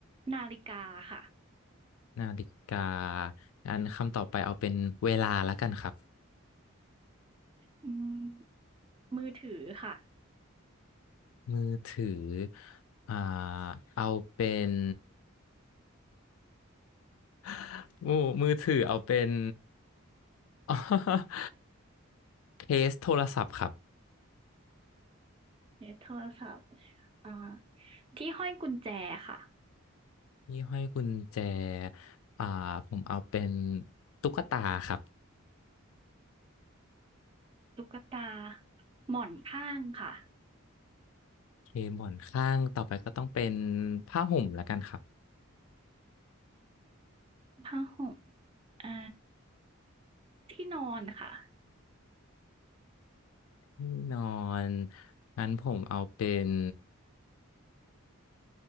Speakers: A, on the right (about 25°); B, on the left (about 75°).
A: นาฬิกาค่ะ
B: นาฬิกา งั้นคำต่อไปเอาเป็นเวลาแล้วกันครับ
A: อืมมือถือค่ะ
B: มือถืออ่าเอาเป็น <laughs> มือมือถือเอาเป็น <laughs> เคสโทรศัพท์ครับ
A: เนี่ยโทรศัพท์อ่าที่ห้อยกุญแจค่ะ
B: ที่ห้อยกุญแจอ่าผมเอาเป็นตุ๊กตาครับ
A: ตุ๊กตา หมอนข้างค่ะ
B: เคหมอนข้างต่อไปก็ต้องเป็นผ้าห่มแล้วกันครับ
A: ผ้าห่มอ่าที่นอนค่ะ
B: ที่นอน งั้นผมเอาเป็น